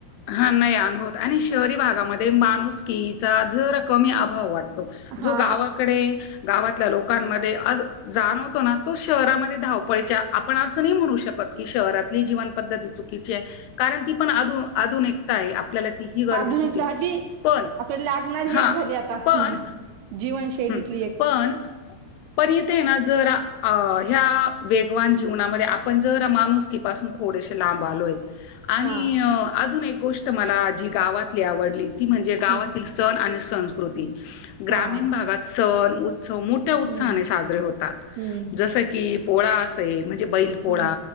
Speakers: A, on the left (about 80°); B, on the right (about 80°).
A: हा नाही अनुभवत आणि शहरी भागामध्ये माणुसकिचा जरा कमी अभाव वाटतो.
B: हा
A: जो गावाकडे गावातल्या लोकांमध्ये अस जाणवतो ना तो शहरामध्ये धावपळच्या आपण असं नाही म्हणू शकत. शहरातली जीवन पद्धती चुकीची आहे, कारण ती आधुनिकता आहे आपण आपल्याला ती ह गरजेचीच
B: आधुनिकता
A: आहे,
B: आधी
A: पण
B: आपल्याला लागणारी
A: हा
B: एक झाली आता
A: पण
B: हम्म. जीवनशैलीतली
A: हम्
B: एक
A: पण पण इथे ना जर ह्या वेगवान जीवनामध्ये आपण जर माणूसकिपासून थोड थोडेशे लांब आलोय, आणि
B: हा
A: अजून एक गोष्ट मला जी गावातली आवडली ती म्हणजे गावातील
B: हम्म.
A: सण आणि संस्कृती, ग्रामीण
B: हा
A: भागात सण मोठ्या उत्साहाने
B: हम्म
A: साजरे होतात,
B: हम्म
A: जस की पोळा असेल, म्हणजे बैल पोळा,
B: हा